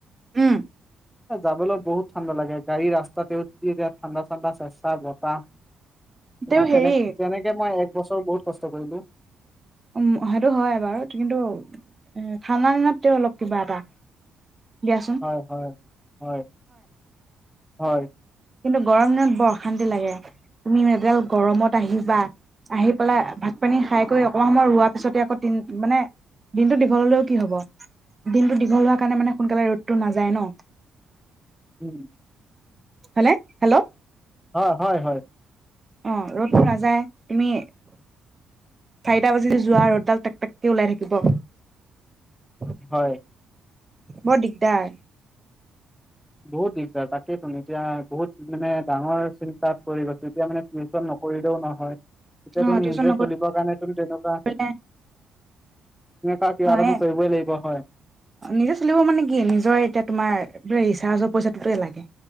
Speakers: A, on the right (about 25°); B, in the centre.
A: উম
B: যাবলৈ বহুত ঠাণ্ডা লাগে, গাড়ী ৰাস্তাতেও যেতিয়া ঠাণ্ডা-ঠাণ্ডা চেচা বতাহ। তোমাৰ
A: তেওঁ
B: তেনে-তেনেকে
A: হেৰি
B: মই এক বছৰ বহুত ক <unintelligible>
A: উম সেইটো হয় বাৰু, কিন্তু এ ঠাণ্ডা দিনত তেওঁ অলপ কিবা এটা। দিয়াচোন
B: হয়, হয়, হয়। হয়।
A: কিন্তু গৰম দিনত বৰ অশান্তি লাগে। তুমি এডাল গৰমত আহিবা। আহি পেলাই ভাত-পানী খাই কৰি অকনমান সময় ৰোৱাৰ পিছতে আকৌ মানে দিনটো দীঘল হলেও কি হব? দিনটো দীঘল হোৱা কাৰণে মানে সোনকালে ৰ'দটো নাযায় ন?
B: উম।
A: হলে হেল্ল'
B: হয়, হয়, হয়।
A: অ', ৰ'দো নাযায় তুমি চাৰিটা বাজিল যোৱা ৰ'দডাল টেকটেককৈ ওলাই থাকিব।
B: হয়।
A: বৰ দিগদাৰ।
B: বহুত দিগদাৰ তাকেইেতো এতিয়া বহুত মানে ডাঙৰ চ চাত পৰি গৈছো, এতিয়া মানে টিউশ্যন নকৰিলেও নহয়। হয়। তেতিয়া
A: অ
B: তুমি
A: টিউচন
B: নিজে চলিব কাৰণে তুমি তেনেকুৱা
A: নকৰিলে
B: কা-কিবা
A: অ
B: এটাটো
A: এ
B: কৰিবই লাগিব। অ', হয়।
A: নিজে চলিব মানে কি? নিজৰ এতিয়া তোমাৰ ৰিচাৰ্জৰ পইচাটোত লাগে।